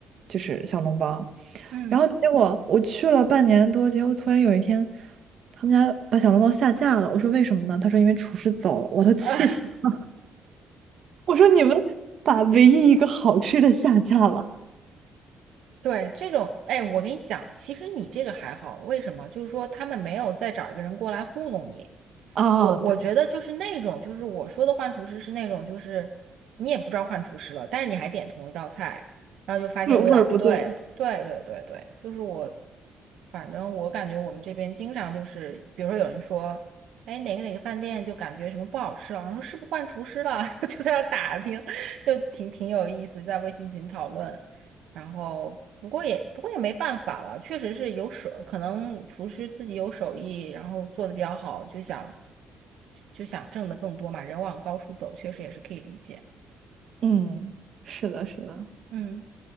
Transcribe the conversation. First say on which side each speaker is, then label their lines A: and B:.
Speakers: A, on the right (about 60°); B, on the right (about 75°).
A: 就是小笼包。
B: 嗯
A: 然后结果我去了半年多，结果突然有一天，他们家把小笼包下架了。我说为什么呢？他说因为厨师走了。我都气死了！
B: 啊，<laughs>
A: 我说你们把唯一一个好吃的下架了，
B: 对，这种，哎，我跟你讲，其实你这个还好，为什么？就是说他们没有再找一个人过来糊弄你，
A: 啊，
B: 我我觉得就是那种，
A: 对，
B: 就是我说的换厨师是那种，就是你也不知道换厨师了，但是你还点同一道菜，然后就发现味道不对了。
A: 味味儿不对。
B: 对对对对，就是我，反正我感觉我们这边经常就是，比如说有人说，哎，哪个哪个饭店就感觉什么不好吃了，然后说是不是换厨师了，<laughs> 然后就在那打听，就挺挺有意思，在微信群讨论。然后不过也不过也没办法了，确实是有手，可能厨师自己有手艺，然后做的比较好，就想就想挣得更多嘛，人往高处走，确实也是可以理解。
A: 嗯，是的，是的。
B: 嗯，